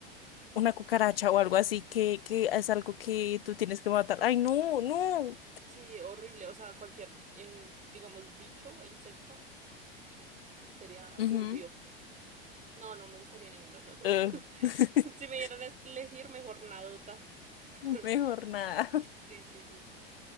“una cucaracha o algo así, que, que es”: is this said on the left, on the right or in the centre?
Left